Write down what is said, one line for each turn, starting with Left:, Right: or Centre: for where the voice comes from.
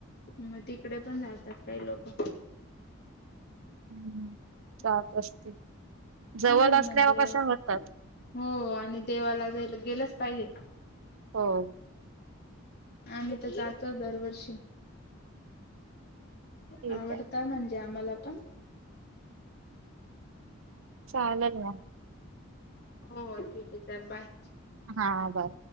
Left: मग तिकडे पण जातात काही लोक
Right: हम्म जात असते
Left: छान
Right: जवळ
Left: आहे म्हणजे
Right: असल्यावर कशा होतात.
Left: हो आणि देवाला जायला गेलाच पाहिजे
Right: हो
Left: आम्ही तर जातोच दरवर्षी
Right: ठीक
Left: आवडता
Right: आहे.
Left: म्हणजे आम्हाला पण
Right: चालेल मग
Left: हो ठीक आहे चल बाय
Right: हा बाय